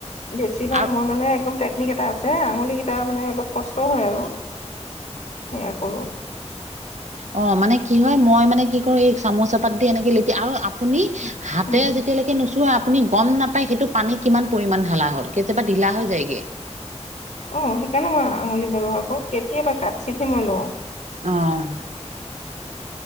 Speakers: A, on the left; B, on the right.
A: বেছিভাগ
B: আৰু
A: মই মানে একদম টেকনিক এটা আছে আঙুলি কেইটা মানে অলপ কষ্ট হয় আৰু সেয়া কৰো।
B: অহ, মানে কি হয় মই মানে কি কৰো এই চামুচ এপাত দি এনেকে লেতি আৰু আপুনি হাতেৰে
A: উম
B: যেতিয়ালৈকে নো চোৱা আপুনি গম নাপাই সেইটো পানী কিমান পৰিমান ঢালা হ'ল কেতিয়াবা ঢিলা হৈ যায়গে।
A: অহ, সেইকাৰণে মই আঙুলি ব্যৱহাৰ কৰো কেতিয়াবা কাটচিহে মই লওঁ।
B: অহ